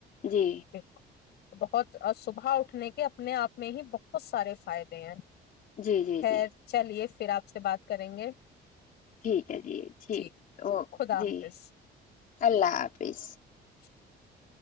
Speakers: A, on the left; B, on the left.
A: جی
B: بالکل بہت صبح اٹھنے کے اپنے آپ میں ہی بہت سارے فائدے ہیں
A: جی جی
B: خیر
A: جی
B: چلیے پھر آپ سے بات کریں گے
A: ٹھیک ہے جی ٹھیک
B: جی
A: اوک
B: خدا
A: جی
B: حافظ
A: اللہ حافظ
B: <inaudible>